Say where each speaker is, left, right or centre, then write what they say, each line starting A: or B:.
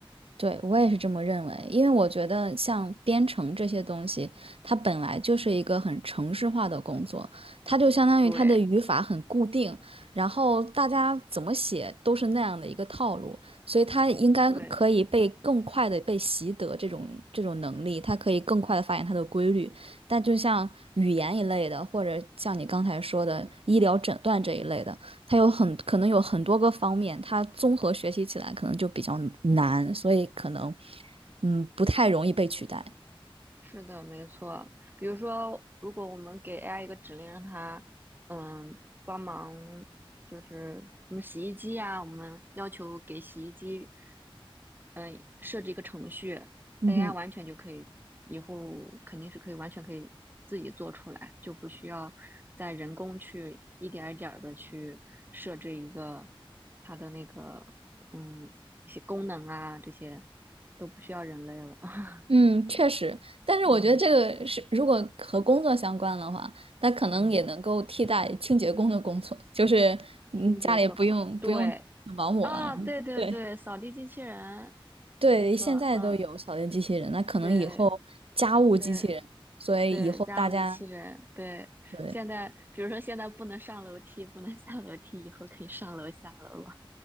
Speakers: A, on the right; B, on the right.
A: 对，我也是这么认为，因为我觉得像编程这些东西，它本来就是一个很程式化的工作，它就相当于它的语法很固定，
B: 对
A: 然后大家怎么写都是那样的一个套路，所以它应该可以被更快的被习得这种这种能力，
B: 对。
A: 它可以更快的发现它的规律。但就像语言一类的，或者像你刚才说的医疗诊断这一类的。它有很可能有很多个方面，它综合学习起来可能就比较难，所以可能嗯不太容易被取代。
B: 是的，没错。比如说，如果我们给 AI 一个指令，让它嗯帮忙，就是什么洗衣机呀、我们要求给洗衣机嗯设置一个程序
A: 嗯哼，
B: ，AI 完全就可以，以后肯定是可以完全可以自己做出来，就不需要再人工去一点儿一点儿的去设置一个它的那个嗯一些功能啊，这些都不需要人类了。<laughs>
A: 嗯，确实，但是我觉得这个是如果和工作相关的话，
B: 嗯
A: 那可能也能够替代清洁工的工作，
B: 嗯。
A: 就是嗯家里不用不用保姆了。
B: 清洁工，对啊，对对对，
A: 对
B: 扫地机器人，
A: 对，
B: 没错，
A: 现在都有扫地机器人，
B: 嗯，
A: 那可能以后家务机器人，
B: 对对
A: 所以以后大家
B: 对，家务机器人，对，
A: 对。
B: 现在比如说现在不能上楼梯，不能下楼梯，以后可以上楼下楼了，